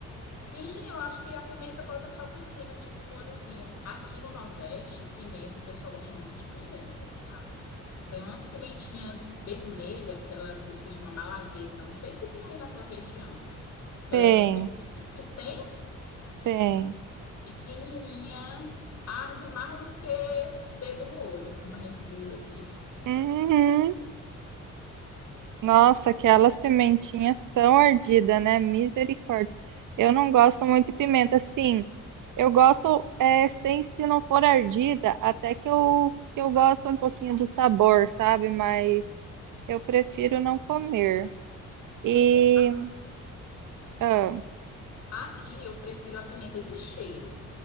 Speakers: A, on the left (about 55°); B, on the right (about 85°).
A: Sim, eu acho que a pimenta bota só por cima, tipo um molhozinho. Aqui no Nordeste, pimenta, o pessoal gosta muito de pimenta, sabe? Tem umas pimentinhas vermelhas, aquela que se chama malagueta. Não sei se tem aí na tua região. Ela
B: Tem,
A: é bem pequena.
B: tem.
A: pequenininha, arde mais do que dedo no olho, como a gente diz aqui.
B: Uhum. Nossa, aquelas pimentinhas são ardidas, né? Misericórdia. Eu não gosto muito de pimenta, sim. Eu gosto, é, sem se não for ardida, até que eu, que eu gosto um pouquinho do sabor, sabe? Mas eu prefiro não comer. E
A: Pois é,
B: ah,
A: aqui eu prefiro a pimenta de cheiro,